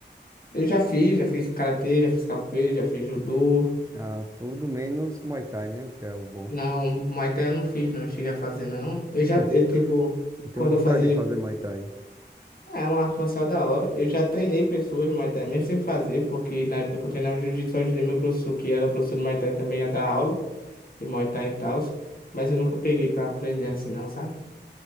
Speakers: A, on the left; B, on the right.
A: Eu já fiz, já fiz karatê, já fiz capoeira, já fiz judô.
B: Ah, tudo menos Muay Thai, né? O que é o bom.
A: Não, Muay Thai eu não fiz, não. Cheguei a fazer, não. Eu já,
B: É-
A: eu, tipo,
B: Eu tenho
A: quando
B: vontade
A: eu fazia.
B: de fazer Muay Thai.
A: É uma arte marcial da hora. Eu já treinei pessoas de Muay Thai, mesmo sem fazer, porque na época que eu treinava Jiu-Jitsu, eu ajudei meu professor, que era professor de Muay Thai também, a dar aula de Muay Thai e tal. Mas eu nunca peguei pra aprender assim, não, sabe?